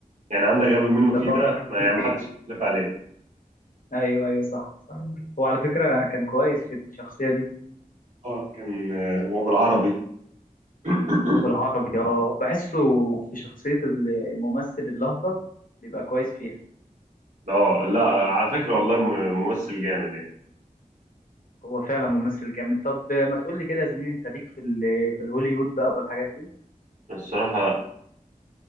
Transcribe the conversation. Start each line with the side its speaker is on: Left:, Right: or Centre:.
Right: يعني عندك غبي منه
Left: اللي
Right: فيه ده
Left: هو
Right: ما
Left: كانوا
Right: يعني
Left: فيه
Right: ما حدش يختلف عليه
Left: ايوه ايوه صح صح هو على فكره كان كويس في الشخصيه دي
Right: اه كان آه، وبالعربي <clears throat>
Left: وبالعربي اه بحسه في شخصية الممثل الهطل بيبقى كويس فيها
Right: اه لا على فكرة والله م- ممثل جامد يعني
Left: هو فعلا ممثل جامد طب ما تقول لي كده يا زميلي انت ليك في ال- في الهوليوود بقى والحاجات دي
Right: الصراحة لا